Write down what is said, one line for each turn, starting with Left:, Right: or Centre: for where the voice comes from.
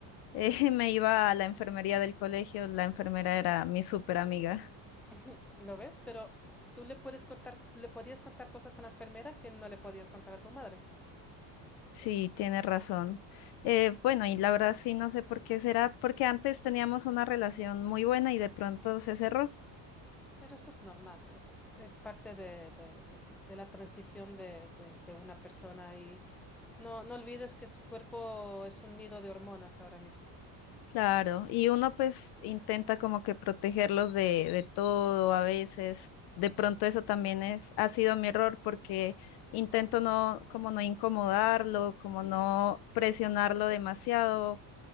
Left: eh, <laughs> me iba a la enfermería del colegio, la enfermera era mi súper amiga.
Centre: <clears throat> ¿Lo ves? Pero tú le puedes contar, le podías contar cosas a la enfermera que no le podías contar a tu madre.
Left: Sí, tiene razón. Eh, bueno, y la verdad sí, no sé por qué será, porque antes teníamos una relación muy buena y de pronto se cerró.
Centre: Pero eso es normal, es, es parte de, de- de- de la transición de, de- de una persona y no, no olvides que su cuerpo es un nido de hormonas ahora mismo.
Left: Claro, y uno pues intenta como que protegerlos de, de todo a veces. De pronto eso también es, ha sido mi error porque intento no, como no incomodarlo, como no presionarlo demasiado,